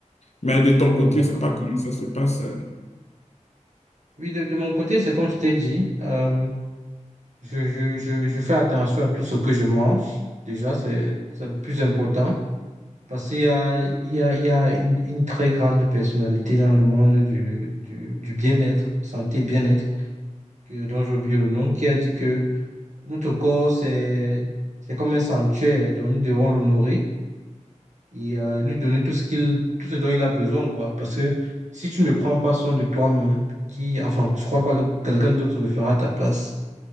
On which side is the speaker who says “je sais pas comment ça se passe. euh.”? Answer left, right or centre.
Left